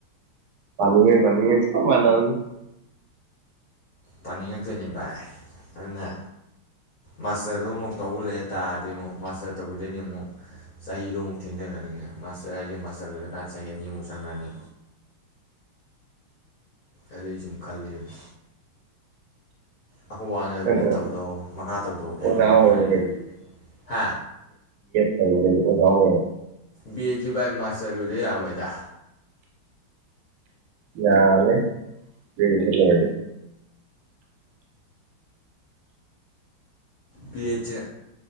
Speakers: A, on the right; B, on the left.
A: ꯄꯥꯅꯤꯡꯉꯣꯏ ꯄꯥꯅꯤꯡꯉꯣꯁ ꯆꯞ ꯃꯥꯟꯅꯕꯅꯦ
B: ꯄꯥꯅꯤꯡꯉꯛꯇꯣꯏꯅꯤ ꯚꯥꯏ ꯑꯗꯨꯅ ꯃꯥꯁꯇꯔꯗꯨ ꯑꯃꯨꯛ ꯇꯧꯕ ꯂꯩ ꯇꯥꯔꯗꯤ ꯑꯃꯨꯛ ꯃꯥꯁꯇꯔ ꯇꯧꯕꯤꯗꯣꯏꯗꯤ ꯑꯃꯨꯛ ꯆꯍꯤꯗꯣ ꯑꯃꯨꯛ ꯊꯦꯡꯊꯈ꯭ꯔꯅꯤꯅꯦ ꯃꯥꯁꯇꯔ ꯍꯥꯏꯁꯦ ꯃꯥꯁꯇꯔꯗꯨꯗꯀꯥꯟꯗ ꯆꯍꯤ ꯑꯅꯤꯃꯨꯛ ꯆꯪꯈ꯭ꯔꯅꯤ ꯑꯗꯨꯒꯤ ꯁꯨꯝ ꯈꯜꯂꯤꯕꯅꯦ ꯑꯈꯣꯏ ꯕꯥꯅꯕꯨꯗꯤ
A: ꯅꯠꯇ꯭ꯔ
B: ꯇꯧꯗꯧ ꯃꯈꯥ ꯇꯧꯗꯣ ꯈꯣꯠꯂꯣ
A: ꯑꯣꯖꯥ
B: ꯑꯗꯨꯝ
A: ꯑꯣꯏꯔꯣ
B: ꯍꯥꯏꯔꯛꯑꯦ
A: ꯀꯩꯅꯣ
B: ꯍꯥ
A: ꯀꯩꯗꯧꯗꯣꯏꯅꯣ ꯑꯣꯖꯥ ꯑꯣꯏꯔ
B: ꯕꯦꯠ ꯁꯨ ꯚꯥꯏ ꯃꯥꯁꯇꯔ ꯂꯣꯏꯗ ꯌꯥꯔꯝꯃꯣꯏꯗ
A: ꯌꯥꯕꯅꯦ ꯒ꯭ꯔꯦꯖꯨꯌꯦꯠ ꯂꯣꯏꯔꯗꯤ
B: ꯕꯤ ꯑꯦꯠꯁꯦ